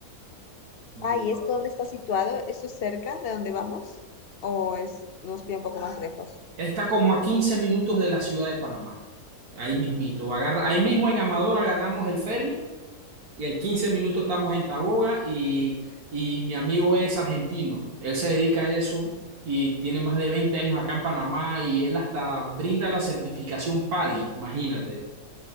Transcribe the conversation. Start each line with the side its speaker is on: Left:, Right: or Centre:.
Right: Yo,
Left: Ah, ¿y esto dónde está situado? ¿Esto es cerca de donde vamos? ¿O es, nos pide un poco más lejos?
Right: está como a quince minutos de la ciudad de Panamá, ahí mismito. Agarra, ahí mismo en Amador agarramos el ferry y en 15 minutos estamos en Taboga y, y mi amigo es argentino, él se dedica a eso y tiene más de 20 años acá en Panamá y él hasta brinda la certificación PADI, imagínate.